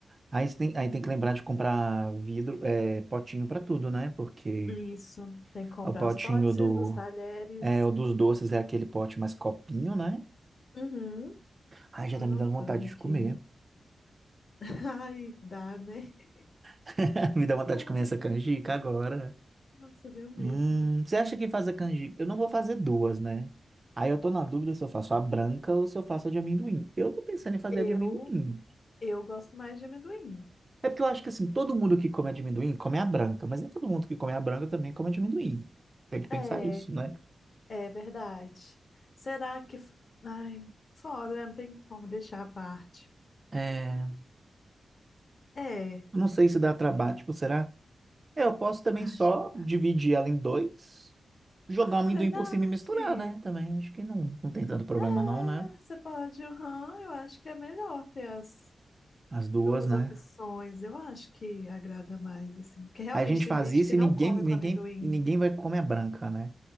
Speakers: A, on the right; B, on the left.
A: Aí, você tem, aí tem que lembrar de comprar vidro, é, potinho para tudo, né? Porque
B: Isso. Tem que comprar
A: o potinho
B: os potes,
A: do,
B: os talheres.
A: é, o dos doces é aquele pote mais copinho, né?
B: Uhum.
A: Ai, já
B: Tô
A: tá
B: anotando
A: me dando vontade
B: aqui.
A: de comer.
B: <laughs> Ai, dá, né? <laughs>
A: <laughs> Me dá vontade
B: Ai,
A: de comer essa canjica agora.
B: Nossa, deu mesmo.
A: Hum, você acha que fazer canjica? Eu não vou fazer duas, né? Aí eu tô na dúvida se eu faço a branca ou se eu faço a de amendoim. Eu tô pensando em fazer
B: Eu,
A: a de amendoim.
B: eu gosto mais de amendoim.
A: É porque eu acho que assim, todo mundo que come a de amendoim come a branca, mas nem todo mundo que come a branca também come a de amendoim. Tem que pensar
B: É,
A: isso, né?
B: é verdade. Será que. f- Ai, foda, né? Não tem como deixar à parte.
A: É, eu
B: É,
A: não sei se dá trabalho, tipo, será? É, eu posso também
B: acho
A: só
B: que.
A: dividir ela em dois, jogar
B: Ah,
A: o amendoim
B: verdade.
A: por cima e misturar, né? Também acho que não, não tem tanto problema
B: É,
A: não, né?
B: você pode, aham, eu acho que é melhor ter as
A: As duas,
B: duas
A: né?
B: opções. Eu acho que agrada mais, assim. Porque realmente
A: Aí a gente
B: tem
A: faz
B: gente
A: isso
B: que
A: e
B: não
A: ninguém,
B: come
A: ninguém,
B: com amendoim.
A: e ninguém vai comer a branca, né?